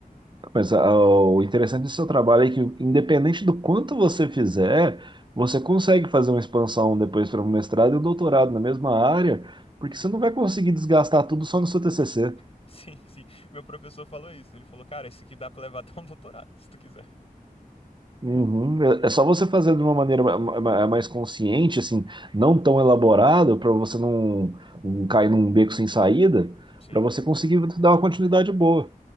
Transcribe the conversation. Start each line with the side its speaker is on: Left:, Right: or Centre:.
Right: Mas ah, o interessante do seu trabalho é que, independente do quanto você fizer, você consegue fazer uma expansão depois para um mestrado e um doutorado na mesma área, porque você não vai conseguir desgastar tudo só no seu TCC.
Left: <laughs> Sim, sim. Meu professor falou isso. Ele falou, cara, esse aqui dá pra levar até um doutorado, se tu quiser.
Right: Uhum. É é só você fazer de uma maneira ma- ma- mais consciente, assim, não tão elaborada, para você não, não cair num beco sem saída,
Left: Sim.
Right: para você conseguir dar uma continuidade boa.